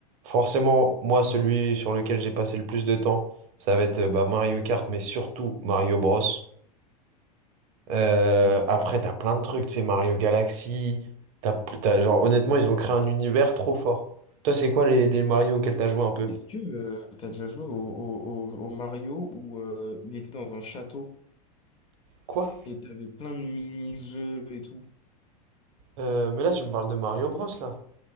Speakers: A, on the right (about 55°); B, on the left (about 25°).
A: Forcément, moi, celui sur lequel j'ai passé le plus de temps, ça va être euh, bah, Mario Kart, mais surtout Mario Bros. Euh, après, t'as plein de trucs, tu sais, Mario Galaxy. T'as, t'as- genre, honnêtement, ils ont créé un univers trop fort. Toi, c'est quoi les, les Mario auxquels t'as joué un peu?
B: Est-ce que euh, t'as déjà joué au, au- au- au Mario où euh, il était dans un château
A: Quoi?
B: et t'avais plein de mini-jeux et tout?
A: Euh, mais là, tu me parles de Mario Bros, là.